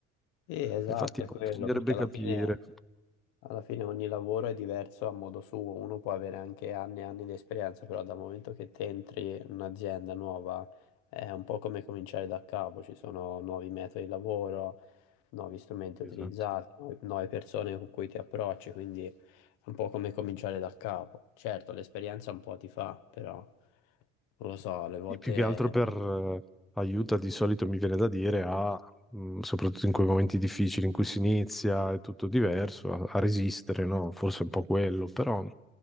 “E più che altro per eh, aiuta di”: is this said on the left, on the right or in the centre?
Centre